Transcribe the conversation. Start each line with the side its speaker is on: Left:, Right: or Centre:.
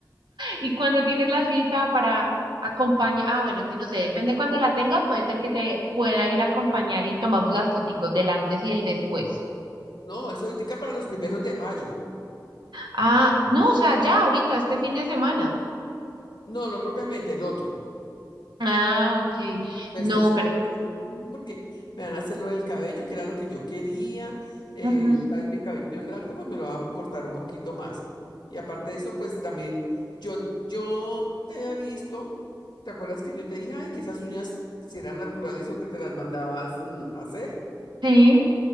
Right: Y cuando tienes la cita para acompañar, ah, bueno, que no sé, depende cuando la tenga, puede ser que te pueda ir a acompañar y tomamos las foticos del antes y el después.
Left: No, eso ahorita para los primeros de mayo.
Right: Ah, no, o sea, ya ahorita, este fin de semana.
Left: No, no propiamente, el otro.
Right: Ah, ok.
Left: Estoy
Right: No,
Left: súper
Right: pero...
Left: feliz porque me van a hacer lo del cabello, que era lo que yo quería. Eh,
Right: ujú,
Left: sabes, mi cabello es largo, pues me lo van a cortar un poquito más. Y aparte de eso, pues también yo, yo te había visto, ¿te acuerdas que yo te dije, ay, que esas uñas si eran naturales o que te las mandabas mm, hacer?
Right: Sí.